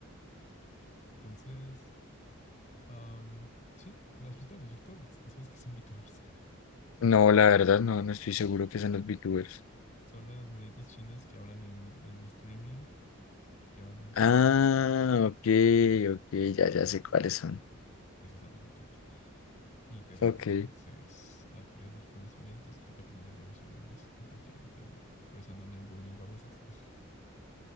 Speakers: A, on the left; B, on the left.
A: Entonces, um, sí, ¿no has visto los VTubers? ¿No sabes qué son VTubers?
B: No, la verdad, no, no estoy seguro que sean los VTubers.
A: Son las monitas chinas que hablan en, en streaming, que andan como...
B: Ah, ok, ok, ya, ya sé cuáles son.
A: Esas son las VTubers. Y te digo,
B: Ok,
A: entonces, aprender conocimientos, creo que aprender nuevos idiomas, me encantaría también. Por eso ando en el Duolingo a veces. <laughs>